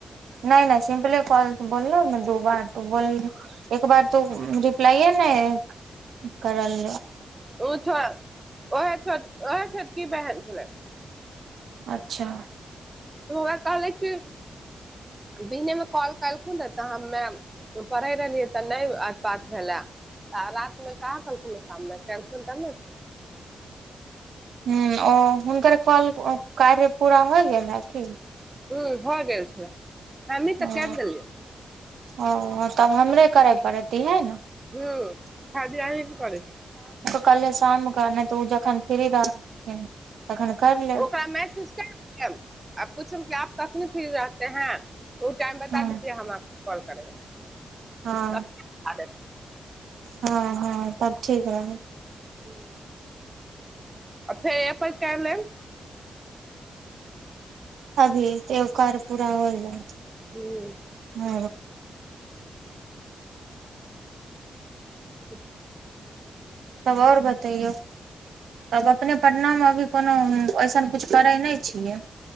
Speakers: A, on the right (about 85°); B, on the right (about 20°).
A: नहि नहि सिम्पल कौल बोलौ न दू बार उ बोललै एक बार तू रिप्लाइ नहि ओ करराल
B: ओ छ ओह छ ओह छ की बैहन छलै
A: अच्छा
B: तऽ ओकरा कहलै कि दिनेमे कॉल कलखुन तऽ हमे पढ़ै रहलियै तऽ नहि बात भेलै आ राततिमे कहाँ कहलखुन शाममे करथुन तब ने
A: ह ओ हुनकर कौल कार्य पूरा होइ गेल की
B: ह भ गेल छलै हमही तऽ
A: ओ
B: कैर देलियै
A: ओ तब हमरे करे पड़ती है ने
B: ह खादी अहींके कड़ै के
A: कालहि शाम क नहि तऽ ओ जखन फ्री रहथिन तखन करि लेब
B: ओकरा मैसेज आ पूछम आप कखनी फिरीरह ते है ओ टाइम बता
A: हँ
B: दीजिय हम कौल करेंगे
A: हँ
B: तब बता देत
A: हँ हँ तब ठीक रह
B: हू अ फेर क लेब
A: अभी त ओ कार्य पूरा हो जा
B: ह
A: ओ
B: ह
A: तब आओर बतैयौ तब अपने पटनामे अभी कोनो अइसन किछु करै नहि छियै